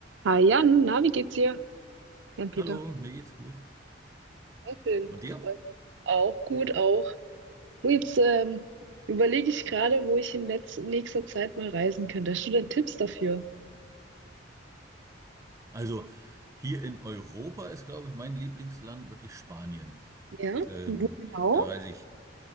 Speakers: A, on the right (about 70°); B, on the right (about 15°).
A: Hi Jan, na, wie geht's dir? Jan-Peter.
B: Hallo, mir geht's gut.
A: Ja, schön,
B: Und
A: das
B: dir?
A: freut mich. Auch gut, auch. Und jetzt ähm, überlege ich gerade, wo ich in letz nächster Zeit mal reisen könnte. Hast du denn Tipps dafür?
B: Also hier in Europa ist, glaube ich, mein Lieblingsland wirklich Spanien.
A: Ja?
B: Ähm,
A: und Wo genau?
B: da reise ich.